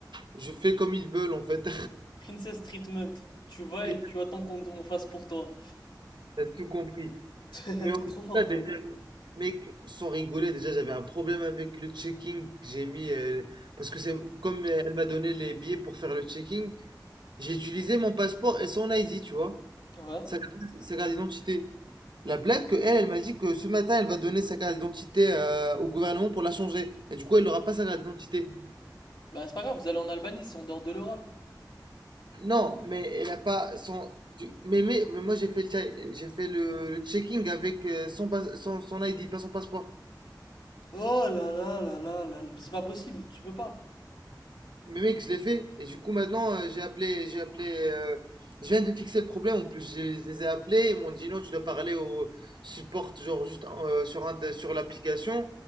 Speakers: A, on the right; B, on the left.
A: je fais comme ils veulent, en fait.
B: Princess Treatment. Tu vas
A: <laughs>
B: et tu attends qu'on on fasse pour toi.
A: T'as tout compris.
B: <laughs>
A: Mais on-
B: T'es trop fort
A: là, déjà,
B: toi.
A: mec, sans rigoler, déjà j'avais un problème avec le checking que j'ai mis. euh, parce que c'est comme euh, elle m'a donné les billets pour faire le checking, j'ai utilisé mon passeport et son ID, tu vois.
B: Ouais.
A: Sa carte, sa carte d'identité. La blague que elle, elle m'a dit que ce matin, elle va donner sa carte d'identité euh, au gouvernement pour la changer. Et du coup, elle n'aura pas sa carte d'identité.
B: Bah c'est pas grave, vous allez en Albanie, c'est en dehors de l'Europe.
A: Non, mais elle a pas son. du- Mais, mais, mais moi, j'ai fait le, che- j'ai fait le, le checking avec euh, son, pas- son, son ID, pas son passeport.
B: Oh là là là là là là. Mais c'est pas possible, tu peux pas.
A: Mais mec, je l'ai fait. Et du coup, maintenant, euh, j'ai appelé, j'ai appelé. euh, je viens de fixer le problème. En plus, je les ai appelés. Ils m'ont dit non, tu dois parler au support, genre juste hein, euh, sur un, sur l'application.